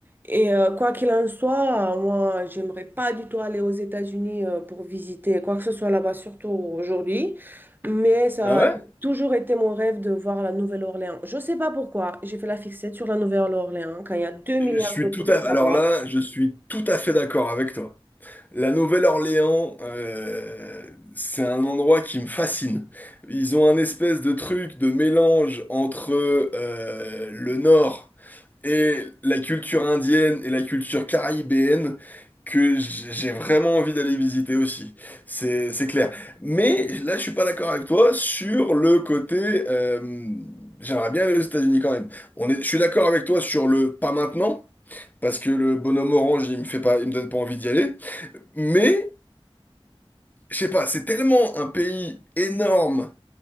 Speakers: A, on the right; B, on the left.
A: Et euh, quoi qu'il en soit, euh, moi, j'aimerais pas du tout aller aux États-Unis euh, pour visiter quoi que ce soit là-bas, surtout aujourd'hui. Mais ça
B: Ah ouais?
A: a toujours été mon rêve de voir la Nouvelle-Orléans. Je sais pas pourquoi, j'ai fait la fixette sur la Nouvelle-Orléans quand il y a 2 milliards
B: Je suis
A: d'autres
B: tout
A: trucs
B: à... Alors
A: à voir.
B: là, je suis tout à fait d'accord avec toi. La Nouvelle-Orléans, euh, c'est un endroit qui me fascine. Ils ont un espèce de truc de mélange entre euh, le Nord et la culture indienne et la culture caribéenne que j- j'ai vraiment envie d'aller visiter aussi. C'est, c'est clair. Mais là, je suis pas d'accord avec toi sur le côté. euh, j'aimerais bien aller aux États-Unis quand même. On est, je suis d'accord avec toi sur le pas maintenant. Parce que le bonhomme orange, il me fait pas, il me donne pas envie d'y aller. Mais, je sais pas, c'est tellement un pays énorme